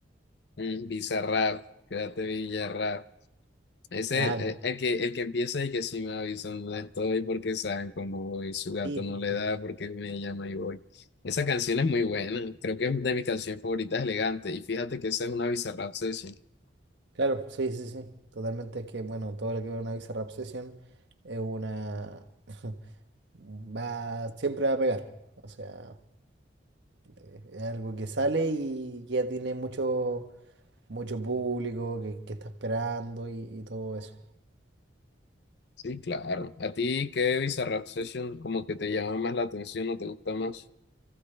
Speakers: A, on the left; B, on the right.
A: mm, Bizarrap, quédate Villarrap. Ese,
B: Ah,
A: eh, el que, el que empieza y que sí me avisan dónde estoy porque saben cómo voy, su gato
B: sí.
A: no
B: sí,
A: le
B: sí.
A: da porque me llama y voy. Esa canción es muy buena, creo que es de mis canciones favoritas, elegante. Y fíjate que esa es una Bizarrap Session.
B: Claro, sí, sí, sí, totalmente. Es que, bueno, todo lo que ve una Bizarrap Session es una... <laughs> va, siempre va a pegar. O sea, eh, es algo que sale y ya tiene mucho, mucho público que, que está esperando y, y todo eso.
A: Sí, claro. ¿A ti qué Bizarrap Session como que te llama más la atención o te gusta más?